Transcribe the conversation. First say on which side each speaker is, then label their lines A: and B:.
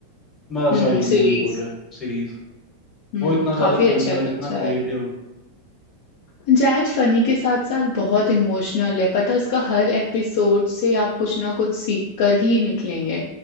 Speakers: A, on the left (about 25°); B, on the left (about 50°).
A: मैं
B: हम्म
A: सॉरी मूवी
B: सीरीज
A: बोल रहे हैं सीरीज
B: हम्म
A: वो इतना
B: काफी
A: ज्यादा
B: अच्छा
A: फनी
B: है
A: और
B: अच्छा
A: इतना क्रिएटिव
B: है। जायद फनी के साथ साथ बहुत इमोशनल है पता है उसका हर एपिसोड से आप कुछ ना कुछ सीख कर ही निकलेंगे